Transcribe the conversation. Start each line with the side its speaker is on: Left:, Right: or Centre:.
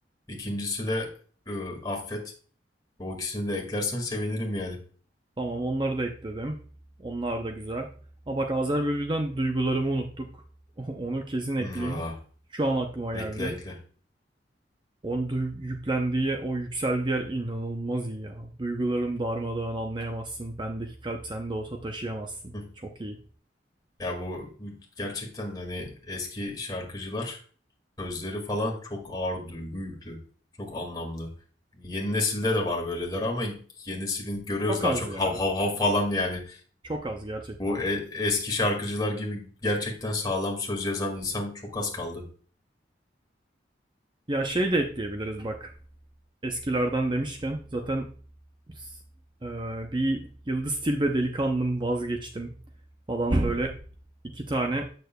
Left: İkincisi de ıı, Affet. O ikisini de eklersen sevinirim yani.
Right: Tamam onları da ekledim. Onlar da güzel. Aa bak Azer Bülbül'den duygularımı unuttuk. <laughs> Onu kesin ekleyeyim.
Left: Hı, aa,
Right: Şu an aklıma
Left: ekle
Right: geldi.
Left: ekle.
Right: Onun duy- yüklendiği, yer- o yükseldiği yer inanılmaz iyi ya. Duygularım darmadağın anlayamazsın. Bendeki kalp sende olsa taşıyamazsın.
Left: Hı.
Right: Çok iyi.
Left: Ya bu, bu gerçekten hani eski şarkıcılar Sözleri falan çok ağır, duygu yüklü. Çok anlamlı. Yeni nesilde de var böyleler ama yeni nesilin görüyoruz
Right: Çok
Left: daha
Right: az
Left: çok
Right: ya.
Left: hav hav hav falan yani.
Right: Çok az gerçekten.
Left: Bu e- eski şarkıcılar gibi gerçekten sağlam söz yazan insan çok az kaldı.
Right: Ya şey de ekleyebiliriz bak. Eskilerden demişken zaten s- e, bir Yıldız Tilbe delikanlım vazgeçtim falan böyle iki tane